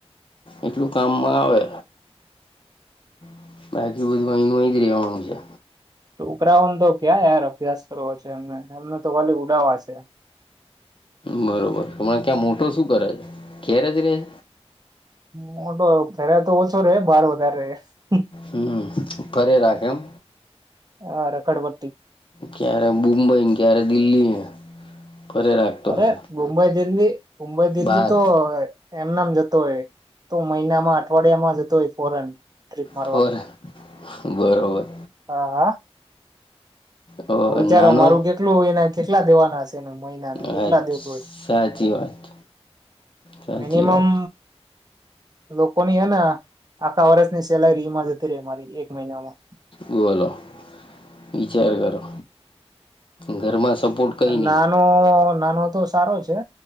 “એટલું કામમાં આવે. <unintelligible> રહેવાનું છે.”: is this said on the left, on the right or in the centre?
Left